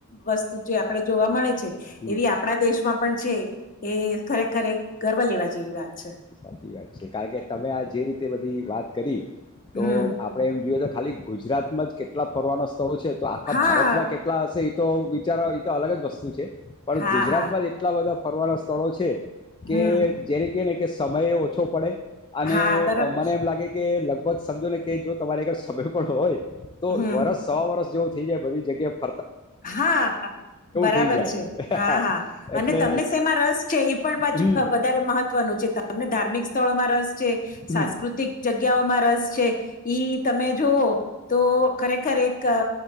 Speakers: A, on the left; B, on the left.
A: વસ્તુ જે આપણે જો જોવા મળે છે.
B: હમ.
A: એવી આપણા દેશમાં પણ છે એ ખરેખરે એક ગર્વ લેવા જેવી વાત છે.
B: વાત છે. કારણ કે તમે આ જે રીતે બધી વાત કરી તો
A: હમ
B: આપણેે એમ જોઈએ તો ખાલી ગુજરાતમાં જ કેટલા ફરવાનાં સ્થળો છે. તો આખા
A: હા
B: ભારતમાં કેટલા હશે એ તો વિચારો એ તો અલગ જ વસ્તુ છે. પણ
A: હા
B: ગુજરાતમાં
A: હા
B: જ એટલા બધા ફરવાના સ્થળો છે કે
A: હમ
B: જેને કે ને કે સમયેય ઓછો પડે, અને
A: હા બરાબર
B: મને
A: છે
B: એમ લાગે કે લગ ભગ સમજો ને કે, જો તમારી કણ સમય પણ હોય, તો
A: હમ
B: વરસ સો વર્ષ જેવું થઈ જાય બધી જગ્યા
A: હા બરાબર
B: થઈ જાય
A: છે. હા હા અને
B: એટલે
A: તમને શમાં રસ છે. એ પણ પાછું
B: હમ
A: વધારે મહત્વનું છે. તમને ધાર્મિક સ્થળોમાં રસ છે.
B: હમ
A: સાંસ્કૃતિક જગ જગ્યાઓમાં રસ છે. ઈ તમે જોઓ તો ખરેખર એક અ